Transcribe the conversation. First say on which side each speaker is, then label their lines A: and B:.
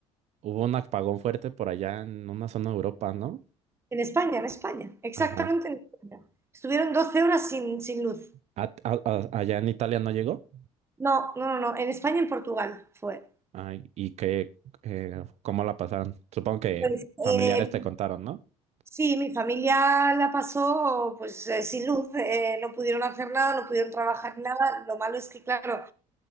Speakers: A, on the right; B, on the right.
A: hubo un apagón fuerte por allá en una zona de Europa, ¿no?
B: En España, en España, exactamente
A: Ajá.
B: en España. Estuvieron 12 horas sin, sin luz.
A: A- a- a- allá en Italia no llegó.
B: No, no, no, no, en España y en Portugal fue.
A: Ay, y que, eh, ¿cómo la pasaron? Supongo que
B: Pues, eh,
A: familiares te contaron, ¿no? <laughs>
B: Sí, mi familia la pasó pues eh, sin luz, eh, no pudieron hacer nada, no pudieron trabajar nada. Lo malo es que, claro,